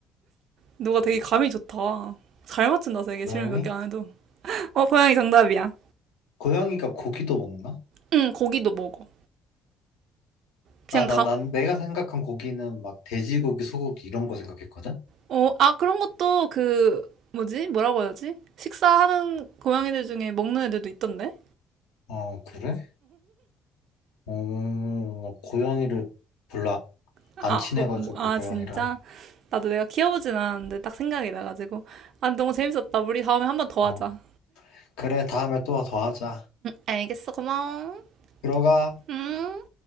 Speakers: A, on the right; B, on the left.
A: 너가 되게 감이 좋다. 잘 맞춘다, 되게.
B: 고양이?
A: 질문 몇 개 안 해도. 어, 고양이 정답이야.
B: 고양이가 고기도 먹나?
A: 응, 고기도 먹어. 그냥
B: 아,
A: 다,
B: 나, 난 내가 생각한 고기는 막 돼지고기, 소고기 이런 거 생각했거든?
A: 어, 아, 그런 것도 그, 뭐지? 뭐라고 해야지? 식사하는 고양이들 중에 먹는 애들도 있던데?
B: 어, 그래? 어, 고양이를 별로
A: 아,
B: 안 친해가지고,
A: 뭐, 뭐, 아,
B: 고양이랑.
A: 진짜? 나도 내가 키워보진 않았는데 딱 생각이 나가지고. 아, 너무 재밌었다. 우리 다음에 한 번 더
B: 어,
A: 하자.
B: 그래, 다음에 또 더 하자.
A: 알겠어. 고마워.
B: 들어가.
A: 음.